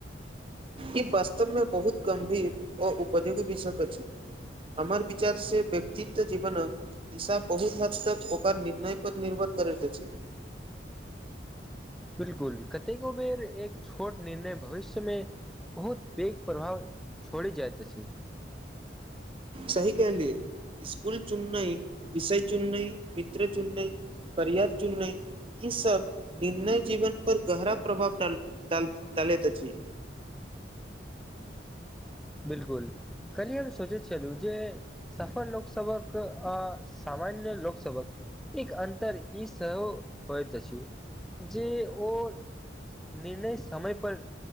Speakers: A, on the right (about 30°); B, in the centre.
A: इ वास्तव मे बहुत गंभीर आ उपधी विषयक अछि। हमर विचार से व्कक्तित्व जीवनक दिशा बहुत हद तक ओकर निर्णय पर निर्भर करै अछि।
B: बिलकुल कतेको बेर एक छोट निर्णय भबिष्यमे बहुत पैघ प्रभाव छोड़े जाइत अछि।
A: सही कहलिए। स्कूल चुन्नै, विषय चुन्नै, मित्र चुन्नै, करियर चुन्नै इ सब निर्णय जीबन पर गहरा प्रभाव डा डाल डालैत अछि।
B: बिलकुल कलि हम सोचै छलौ जे सफल लोकसबक आ सामान्य लोकसबक एक अन्तर इ सेहो होइत अछि जे ओ निर्णय समयपर